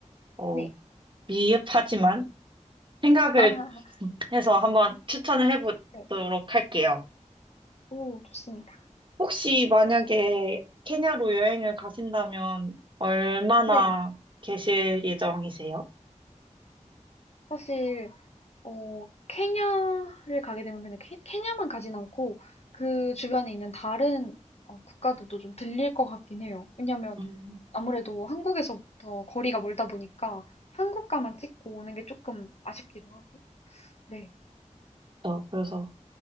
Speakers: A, on the right; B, on the left.
A: 어,
B: 네.
A: 미흡하지만 생각을
B: <laughs>
A: 해서 한번 추천을 해보도록
B: 네.
A: 할게요.
B: 오, 좋습니다.
A: 혹시 만약에 케냐로 여행을 가신다면 얼마나
B: 네.
A: 계실 예정이세요?
B: 사실 어 케냐를 가게 되면 그냥 케, 케냐만 가진 않고 그 주변에 있는 다른 어, 국가들도 좀 들릴 것 같긴 해요. 왜냐면
A: 음,
B: 아무래도 한국에서부터 거리가 멀다 보니까 한국가만 찍고 오는 게 조금 아쉽기도 하고. 네.
A: 어, 그래서,